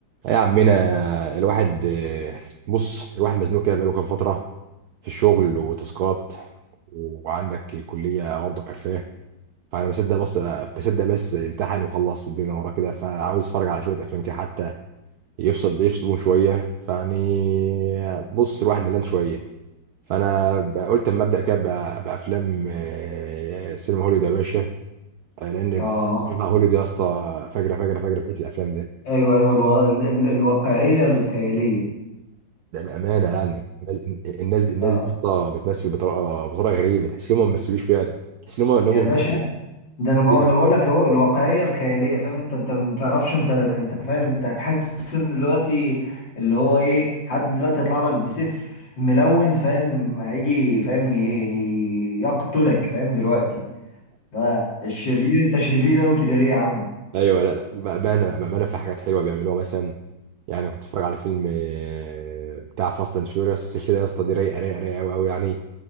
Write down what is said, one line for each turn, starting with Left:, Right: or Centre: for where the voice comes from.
Right: يا عمنا الواحد آه، بص الواحد مزنوق كده بقاله كام فترة في الشغل وتاسكات وعندك الكلية برضه كرفاه فأنا بصدق بس بصدق بس امتحن وخلص الدنيا وراه كده فعاوز أتفرج على شوية أفلام كده حتى يفصل يفصلون شوية فيعني بص الواحد ملان شوية فأنا بقى- قلت أما أبدأ كده بقى- بأفلام آه، سينما هوليوود يا باشا آه، لأن
Left: اه
Right: بتاع هوليوود يا اسطى فجرة فجرة فجرة في حتة الأفلام ده
Left: ايوه ايوه الو... ال... ال... الواقعيه الخياليه
Right: ده بامانه يعني الناس الناس دي الناس
Left: اه
Right: دي يا اسطى بتمثل بطريقه بطريقه غريبه تحس ان هم ما بيمثلوش فعلا تحس ان هم اللي
Left: يا
Right: هم
Left: باشا ده انا بقول
Right: كده
Left: انا بقول لك اهو الواقعيه الخياليه فاهم انت انت ما تعرفش انت انت فاهم انت هتحس ان دلوقتي اللي هو ايه حد دلوقتي هيطلع لك بسيف ملون فاهم هيجي فاهم ي- يقتلك فاهم دلوقتي ده الشرير انت شرير قوي كده ليه يا عم
Right: ايوه لا لا بامانه بامانه في حاجات حلوه بيعملوها مثلا يعني كنت بتفرج على فيلم آه، بتاع فاست اند فيوريوس السلسله يا اسطى دي رايقه رايقه رايقه قوي قوي يعني